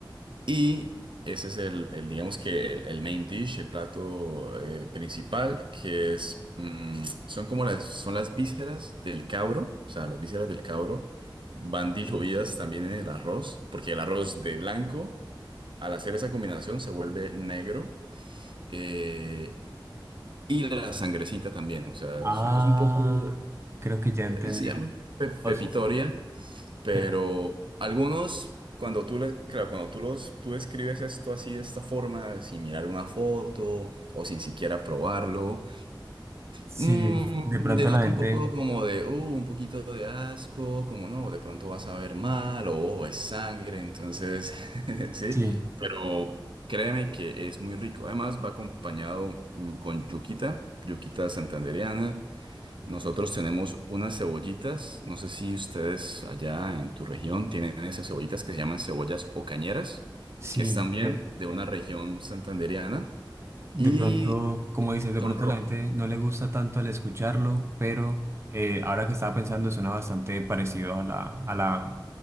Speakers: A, on the right; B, on the right.
A: Y ese es el, el, digamos que el, el main dish, el plato eh, principal, que es, mm, son como las, son las vísceras del cabro, o sea, las vísceras del cabro van diluidas también en el arroz, porque el arroz de blanco, al hacer esa combinación, se vuelve negro, eh, y la sangrecita también, o sea,
B: Ah,
A: es, un- es un poco
B: creo que ya entendí.
A: eh, se llama pe- pepitoria,
B: O sea,
A: pero
B: pero
A: algunos, cuando tú, le- claro, cuando tú, los, tú escribes esto así de esta forma, sin mirar una foto o sin siquiera probarlo,
B: sí,
A: mm,
B: de pronto
A: denota
B: la gente,
A: un poco como de, uh, un poquito de asco, como no, de pronto vas a ver mal o "Oh, es sangre, entonces, <laughs> sí,
B: sí,
A: pero créeme que es muy rico. Además, va acompañado mm, con yuquita, yuquita santandereana. Nosotros tenemos unas cebollitas, no sé si ustedes allá en tu región tienen esas cebollitas que se llaman cebollas o cañeras,
B: sí.
A: que es también
B: eh,
A: de una región santandereana
B: De
A: y
B: pronto, como dices, de
A: son
B: pronto
A: rojas.
B: a la gente no le gusta tanto el escucharlo, pero eh, ahora que estaba pensando suena bastante parecido a la, a la,